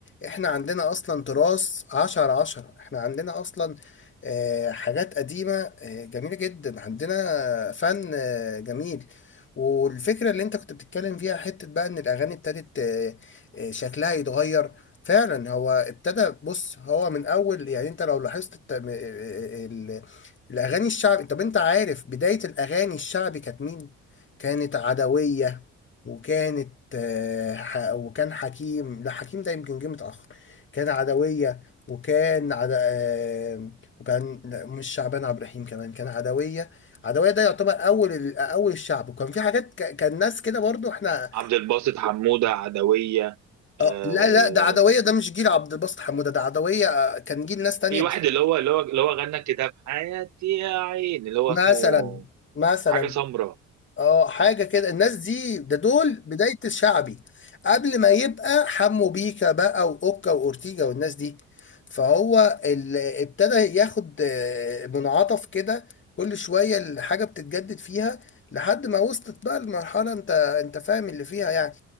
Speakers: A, on the left; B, on the right.
A: احنا عندنا اصلا تراث عشرة عشرة احنا عندنا اصلا آه، حاجات قديمة آه، جميلة جدا عندنا فن آه، جميل والفكرة اللي انت كنت بتتكلم فيها حتة بقى ان الاغاني ابتدت آه، آه، شكلها يتغير فعلا هو ابتدى بص هو من اول يعني انت لو لاحظت الت... م- ال... الاغاني الشعبي طب انت عارف بداية الاغاني الشعبي كانت مين؟ كانت عدوية وكانت آه، ح- وكان حكيم لا حكيم ده يمكن جه متأخر كان عدوية وكان عد... آه، وكان لا، مش شعبان عبد الرحيم كمان كان عدوية عدوية ده يعتبر أول ال... أول الشعب وكان في حاجات ك... كان ناس كده برضو احنا
B: عبد الباسط حموده عدويه آه...
A: آه، لا لا ده عدوية ده مش جيل عبد الباسط حمودة ده عدوية آه، كان جيل ناس تانية
B: في واحد
A: بس
B: اللي هو اللي هو اللي هو غنى كده بحياتي يا عين اللي هو
A: مثلا
B: اسمه
A: مثلا
B: حاجه سمراء
A: اه حاجة كده الناس دي ده دول بداية الشعبي قبل ما يبقى حمو بيكا بقى وأوكا وأورتيجا والناس دي فهو اللي ابتدى ياخد آه، منعطف كده كل شوية الحاجة بتتجدد فيها لحد ما وصلت بقى المرحلة انت انت فاهم اللي فيها يعني